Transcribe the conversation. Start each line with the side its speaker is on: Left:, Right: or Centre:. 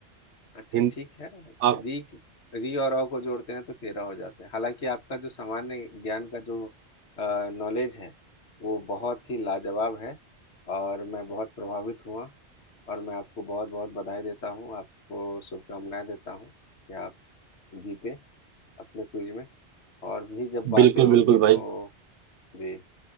Left: अच्छा
Right: हिंद
Left: ठीक है
Right: आप
Left: री री और अ को जोड़ते हैं तो तेरह हो जाते हैं हालांकि आपका जो सामान्य ज्ञान का जो नॉलेज है वो बहुत ही लाजवाब है और मैं बहुत प्रभावित हुआ और मैं आपको बहुत बहुत बधाई देता हूँ आपको शुभकामनाएं देता हूँ कि आप जीते अपने क्विज में और भी जब बातें
Right: बिल्कुल
Left: होंगी
Right: बिल्कुल भाई
Left: तो जी